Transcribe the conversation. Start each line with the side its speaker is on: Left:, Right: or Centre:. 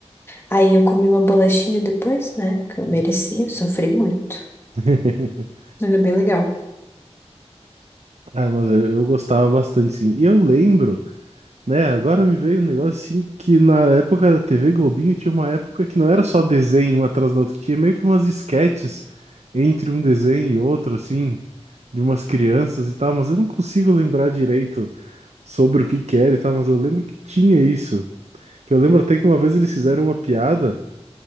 Left: Aí eu comi uma bolachinha depois, né? Porque eu merecia, eu sofri muito.
Right: <laughs>
Left: Mas é bem legal.
Right: Ah, mas eu, eu gostava bastante, sim. E eu lembro. Né, agora me veio um negócio assim que na época da TV Globinho tinha uma época que não era só desenho um atrás da outra, tinha meio que umas esquetes entre um desenho e outro, assim, de umas crianças e tal, mas eu não consigo lembrar direito sobre o que que era e tal, mas eu lembro que tinha isso. Que eu lembro até que uma vez eles fizeram uma piada